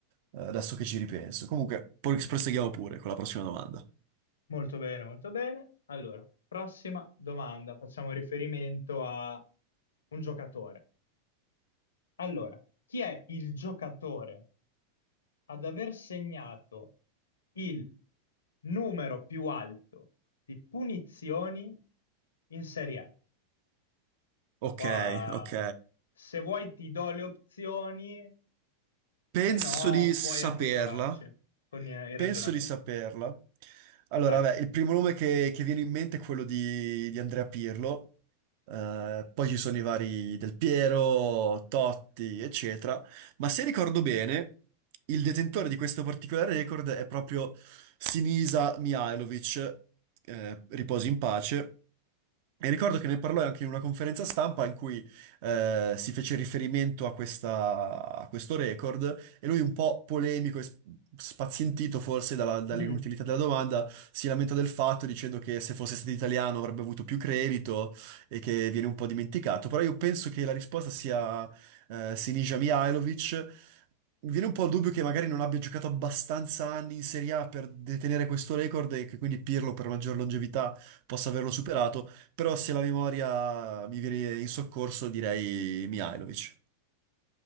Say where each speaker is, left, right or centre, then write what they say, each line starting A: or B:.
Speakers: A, on the right; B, on the left.
A: Eh, adesso che ci ripenso. Comunque, poi proseguiamo pure con la prossima domanda.
B: Molto bene, molto bene. Allora, prossima domanda. Facciamo riferimento a un giocatore. Allora, chi è il giocatore ad aver segnato il numero più alto di punizioni in Serie A?
A: Ok,
B: Qua,
A: ok.
B: se vuoi ti do le opzioni,
A: Penso
B: se no
A: di saperla,
B: puoi anche provarci con eh, il
A: penso
B: ragionamento.
A: di saperla. Allora,
B: Vai.
A: vabbè, il primo nome che, che viene in mente è quello di, di Andrea Pirlo, eh, poi ci sono i vari Del Piero, Totti, eccetera, ma se ricordo bene, il detentore di questo particolare record è proprio Sinisa Mihajlovic, eh, riposi in pace. E ricordo che ne parlò anche in una conferenza stampa in cui eh, si fece riferimento a, questa- a questo record e lui un po' polemico e sp- spazientito forse dalla- dall'inutilità
B: <laughs>
A: della domanda, si lamenta del fatto dicendo che se fosse stato italiano avrebbe avuto più credito e che viene un po' dimenticato. Però io penso che la risposta sia eh, Sinisa Mihajlovic. Mi viene un po' il dubbio che magari non abbia giocato abbastanza anni in Serie A per detenere questo record e che quindi Pirlo per maggior longevità possa averlo superato, però se la memoria mi viene in soccorso direi Mihajlovic.